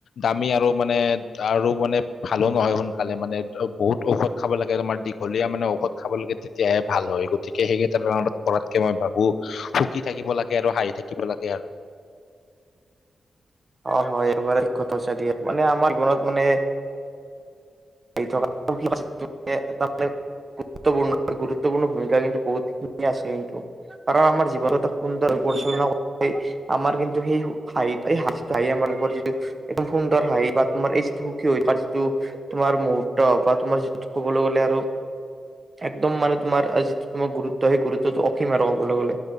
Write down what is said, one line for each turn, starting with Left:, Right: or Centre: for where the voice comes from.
Left: দামী আৰু মানে আৰু মানে ভালো নহয় সোনকালে, মানে বহুত ঔষধ খাব লাগে তোমাৰ দীঘলীয়া মানে ঔষধ খাব লাগে তেতিয়াহে ভাল হয়। গতিকে সেইকেইটাত পৰাতকে মই ভাবো সুখী থাকিব লাগে আৰু হাঁহি থাকিব লাগে আৰু।
Right: অ হয় <unintelligible> মানে আমাৰ জীৱনত মানে <unintelligible> গুৰুত্বপূৰ্ণ, গুৰুত্বপূৰ্ণ ভূমিকা কিন্তু বহুতখিনি আছে কিন্তু। কাৰণ আমাৰ জীৱন এটা সুন্দৰ পৰিচালনা কৰি আাৰ কিন্তু সেই হাঁহি যিটো হাঁহি আমাৰ মুখত যদি একদম সুন্দৰ হাহি বা তোমাৰ এই যিটো সুখী হৈ থকাৰ যিটো তোমাৰ মুহুৰ্ত বা তোমাৰ যিটো ক'বলৈ গ'লে আৰু, একদম মানে তোমাৰ যিটো তোমাৰ গুৰুত্ব সেই গুৰুত্বটো অসীম আৰু ক'বলৈ গ'লে।